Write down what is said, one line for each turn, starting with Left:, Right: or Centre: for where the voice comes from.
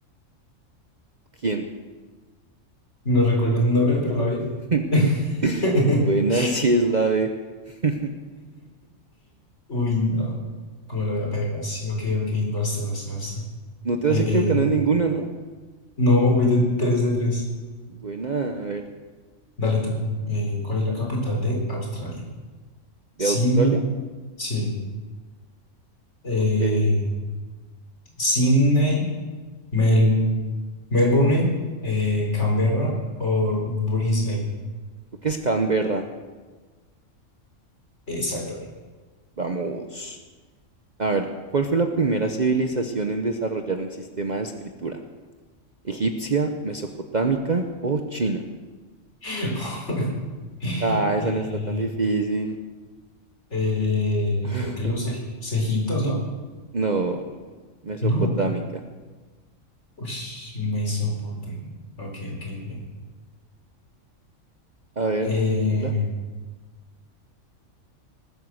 Right: ¿Quién?
Left: No recuerdo el nombre, pero la B.
Right: <laughs>
Left: <laughs>
Right: Buena,
Left: <laughs>
Right: sí es la B. <laughs>
Left: Uy, no. ¿Cómo lo voy a pegar así? Ok, ok, basta, basta, basta.
Right: No te
Left: Eh,
Right: vas equivocando en ninguna, ¿no?
Left: no, voy de 3 de tres,
Right: Buena, a ver,
Left: Dale tú. Eh, ¿cuál es la capital de Australia?
Right: ¿de
Left: Sin,
Right: Australia?
Left: sí. Eh,
Right: Ok, creo
Left: Sydney, Mel- Melbourne, eh, Canberra o Brisbane.
Right: que es Canberra.
Left: Exacto.
Right: Vamos. A ver, ¿cuál fue la primera civilización en desarrollar un sistema de escritura? ¿Egipcia, mesopotámica o China?
Left: <laughs> Eh,
Right: Ah, esa no está tan difícil.
Left: eh,
Right: <laughs>
Left: creo que los, eg- los egiptos, ¿no?
Right: No, no. Mesopotámica.
Left: No, Ush, me Mesopotamia. Ok, ok, ok.
Right: A ver,
Left: Eh,
Right: dímela.